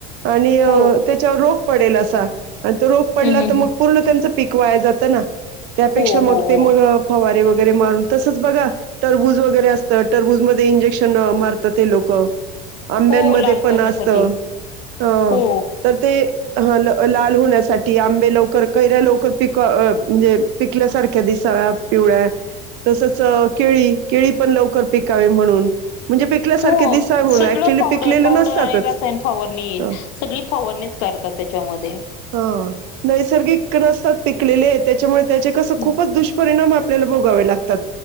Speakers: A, on the right; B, on the left.
A: आणि
B: हो
A: त्याच्यावर रोग पडेल असा आणि तो रोग
B: हम्म
A: पडला
B: हम्म
A: तर मग
B: हम्म
A: पूर्ण त्यांच पिक वाय जात ना, त्यापेक्षा
B: हो
A: मग
B: हो
A: ते
B: हो
A: मग फवारे वगैर मारून तसच बघा टरबूज वगैरे असतं, टरबूज मध्ये इंजेक्शन मार ते लोक, आंब्यांमध्ये
B: हो लाल
A: पण
B: करण्यासाठी
A: असत होव
B: हो
A: तर ते ह ल लाल होण्यासाठी आंबे लवकर, कैऱ्या लवकर पिक म्हणजे पिकल्यासारख्या दिसाव्या पिवळ्या तसच केळी, केळी पण लवकर पिकावे म्हणून, म्हणजे पिकल्यासारखे
B: हो,
A: दिसावे म्हणून
B: सगळं
A: ऍक्च्युली
B: पावडर,
A: पिकलेले
B: पावडर
A: नसतातच
B: आणि रसायन फवरणी
A: ह
B: सगळी फॉवरणी करतात त्याच्यामध्ये.
A: हो, नैसर्गिक नसतात पिकलेले, त्याच्यामुळे त्याचे कस
B: हम्म.
A: खूपच दुष्परिणाम आपल्याला भोगावे लागतात.